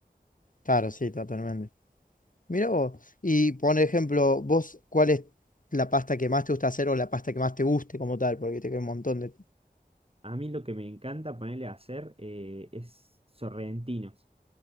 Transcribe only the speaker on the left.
Claro, sí, totalmente. Mira vos. Y por ejemplo, vos, ¿cuál es la pasta que más te gusta hacer o la pasta que más te guste como tal? Porque te queda un montón de.